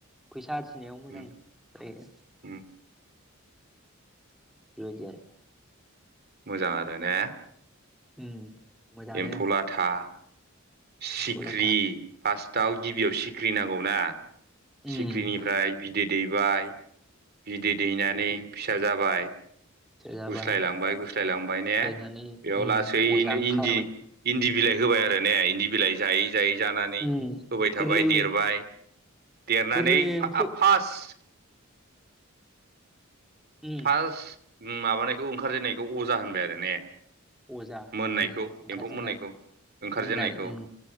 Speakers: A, in the centre; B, on the right.
A: फैसा आरजिनायाव मोजां
B: उम
A: जायो
B: उम
A: बेबायदि आरो।
B: मोजां आरो ने।
A: उम मोजाङानो
B: एम्फौ लाथा। सिख्रि
A: एम्फौ लाथा
B: फार्स्टआव गिबियाव सिख्रि नांगौना।
A: उम
B: सिख्रिनिफ्राय बिदै दैबाय, बिदै दैनानै फिसा जाबाय,
A: जाबाय
B: गुस्लाय लांबाय गुस्लाय लांबाय ने
A: फिस्लायनानै
B: बेयाव
A: उम
B: लासैनो
A: अजा ओंखारबाय
B: इन्दि इन्दि बिलाइ होबाय आरो ने इन्दि बिलाइ जायै जायै जानानै
A: उम
B: होबाय थाबाय
A: गोरलै
B: देरबाय देरनानै
A: गोरलै एम्फौ
B: फार्स्ट
A: उम
B: फार्स्ट माबानायखौ ओंखारजेननायखौ अजा होनबाय आरो ने।
A: अजा
B: मोननायखौ
A: उम ओंखारजेननाय
B: एम्फौ मोननायखौ ओंखारजेनायखौ।
A: मोननाय उम